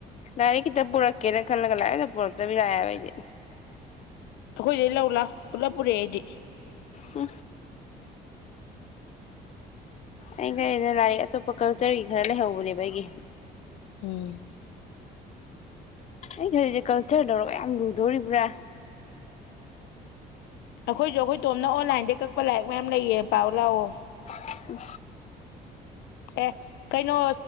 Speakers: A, on the left; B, on the left.
A: ꯂꯅꯤ ꯀꯇ ꯄꯨꯔꯛꯀ ꯔ ꯈꯟ ꯂꯒꯪꯂꯗ ꯄꯨꯔꯗ ꯂꯗꯤ
B: ꯑꯩꯈꯣꯏꯗꯒꯤꯩ ꯂꯧꯂ ꯄꯨꯂꯞ ꯄꯨꯔꯛꯑꯦꯗꯤ
A: ꯎ ꯑꯩ ꯀꯩꯅ ꯂꯥꯏꯔꯤꯛ ꯑꯇꯣꯞꯄ ꯀꯜꯆꯔꯒꯤ ꯈꯔ ꯂꯩꯍꯧꯕꯅꯦꯕ ꯑꯩꯒꯤ
B: ꯎꯝ
A: ꯑꯩ ꯈꯖꯤꯗꯤ ꯀꯜꯆꯔꯗꯧꯔꯒ ꯌꯥꯝ ꯂꯨꯗꯣꯔꯤꯕ꯭ꯔꯥ
B: ꯑꯩꯈꯣꯏꯁꯨ ꯑꯩꯈꯣꯏ ꯇꯣꯝꯅ ꯑꯣꯟꯂꯥꯏꯟꯗꯩ ꯀꯛꯄ ꯂꯥꯏꯔꯤꯛ ꯃꯌꯥꯝ ꯂꯩꯌꯦ ꯄꯥꯎ ꯂꯥꯛꯑꯣ
A: ꯎ
B: ꯑꯦ ꯀꯩꯅꯣ